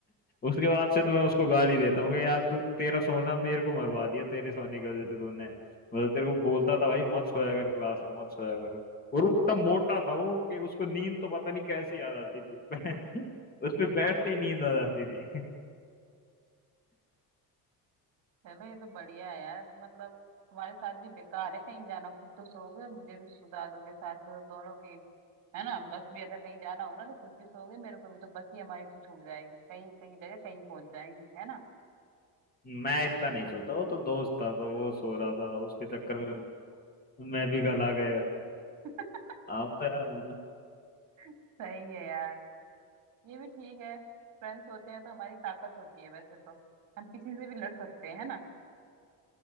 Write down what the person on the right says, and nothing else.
चलो ये तो बढ़िया है यार मतलब तुम्हारे साथ भी बेकार है कहीं जाना खुद तो सोओगे और मुझे भी सुला दोगे साथ में तो दोनों की है ना बस भी अगर कहीं जाना हो ना तो खुद भी सोओगे मेरे को भी तो बस ही हमारी तो छूट जाएगी कहीं कहीं जगह कहीं पहुंच जाएंगे है ना
<laughs>
सही है यार ये भी ठीक है फ्रेंड्स होते हैं तो हमारी ताकत होती है वैसे तो हम किसी से भी लड़ सकते हैं है ना